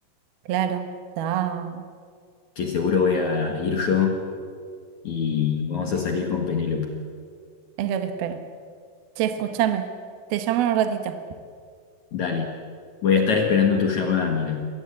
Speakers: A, on the right; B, on the left.
A: claro, da,
B: que seguro voy a ir yo y vamos a salir con Penélope.
A: es lo que espero. Che, escúchame, te llamo en un ratito.
B: Dale. Voy a estar esperando tu llamada, amiga.